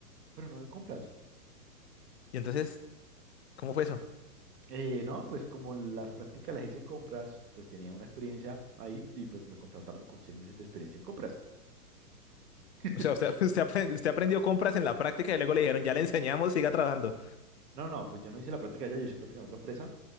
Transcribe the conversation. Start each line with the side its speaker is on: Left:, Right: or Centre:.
Right: pero no de compras.
Left: Y entonces, ¿cómo fue eso?
Right: Eh, no, pues como las prácticas las hice en compras, pues tenía una experiencia ahí y pues me contrataron con seis meses de experiencia en compras. <laughs>
Left: O sea, usted, <laughs> usted, aprend- usted aprendió compras en la práctica y luego le dijeron, ya le enseñamos, siga trabajando.
Right: No, no, pues yo no hice la práctica allá, yo hice práctica en otra empresa